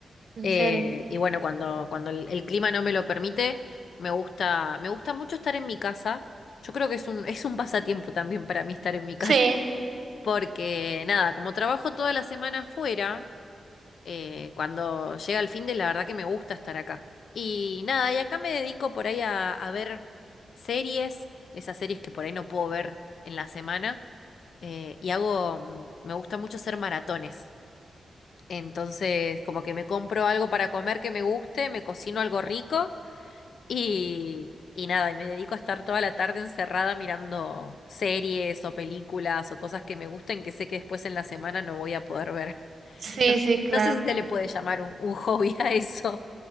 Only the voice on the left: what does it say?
Eh,
y bueno, cuando, cuando el, el clima no me lo permite, me gusta, me gusta mucho estar en mi casa. Yo creo que es un, <laughs> es un pasatiempo también para mí estar en mi casa,
<laughs> porque nada, como trabajo toda la semana afuera, eh, cuando llega el fin de, la verdad que me gusta estar acá. Y nada, y acá me dedico por ahí a, a ver series, esas series que por ahí no puedo ver en la semana, eh, y hago, mm, me gusta mucho hacer maratones. Entonces, como que me compro algo para comer que me guste, me cocino algo rico y, y nada, y me dedico a estar toda la tarde encerrada mirando series o películas o cosas que me gusten que sé que después en la semana no voy a poder ver.
<laughs> No,
no sé si se le puede llamar un, un hobby a eso.